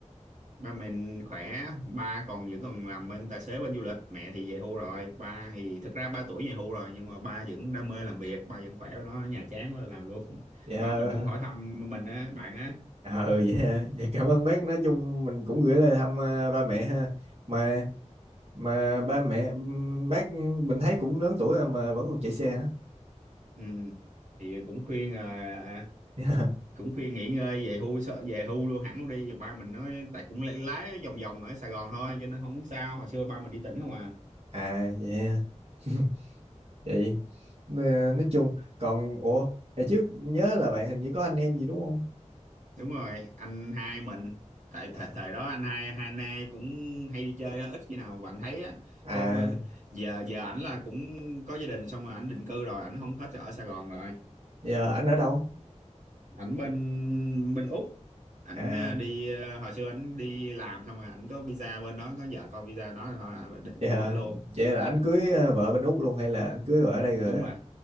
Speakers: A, on the right; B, on the right.
A: ba mình khỏe ba còn vẫn còn làm bên tài xế bên du lịch mẹ thì về hưu rồi ba thì thực ra ba tuổi về hưu rồi nhưng mà ba vẫn đam mê làm việc ba vẫn khỏe ở đó ở nhà chán quá làm luôn <laughs>
B: dạ
A: ba mình cũng hỏi thăm mình á bạn á
B: ờ vậy ha. cảm ơn bác nói chung mình cũng gửi lời thăm à, ba mẹ ha mà mà ba mẹ ừm, bác mình thấy cũng lớn tuổi rồi mà vẫn còn chạy xe hả
A: ừ. thì cũng khuyên à,
B: <laughs>
A: cũng khuyên nghỉ ngơi về hưu sợ về hưu luôn hẳn luôn đi ba mình nói tại cũng lái lái vòng vòng ở Sài Gòn thôi cho nên không sao hồi xưa ba mình đi tỉnh không à
B: à vậy ha. <laughs> vậy nè, nói chung còn ủa hồi trước nhớ là bạn hình như có anh em gì đúng không
A: đúng rồi anh hai mình tại
B: à,
A: thời thời đó anh hai hai anh hai cũng hay đi chơi á, ít khi nào bạn thấy á
B: à
A: có có- giờ giờ ảnh là cũng có gia đình xong rồi ảnh định cư rồi ảnh không hết ở Sài Gòn rồi
B: giờ anh ở đâu
A: ảnh bên bên Úc ảnh
B: à
A: ờ, đi ờ, hồi xưa ảnh đi làm xong rồi ảnh có visa bên đó có vợ con visa đó rồi thôi ảnh định
B: vậy
A: cư
B: hả
A: bển luôn
B: vậy là anh cưới ờ, vợ bên Úc luôn hay là anh cưới vợ ở đây
A: đúng
B: rồi
A: rồi